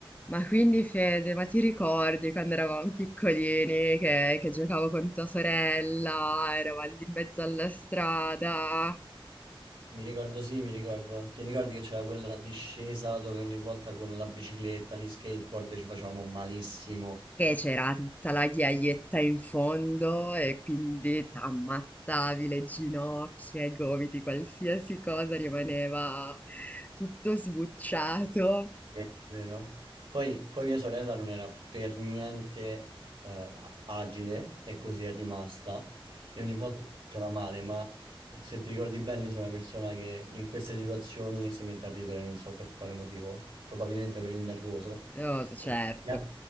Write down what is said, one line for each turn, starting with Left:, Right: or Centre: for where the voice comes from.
Left: Ma quindi Fede, ma ti ricordi quando eravamo piccolini che, che giocavo con tua sorella, eravamo lì in mezzo alla strada,
Right: Mi ricordo, sì, mi ricordo. Ti ricordi che c'era quella discesa dove ogni volta con la bicicletta, gli skateboard ci facevamo malissimo?
Left: che c'era tutta la ghiaietta in fondo e quindi ti ammazzavi le ginocchia, i gomiti, qualsiasi cosa rimaneva tutto sbucciato?
Right: Sì, Vero? Poi, poi mia sorella non era per niente eh, agile e così è rimasta e ogni volta si faceva male, ma se ti ricordi bene io sono una persona che in queste situazioni si mette a ridere, non so per quale motivo, probabilmente per il nervoso.
Left: No, certo.
Right: E mia,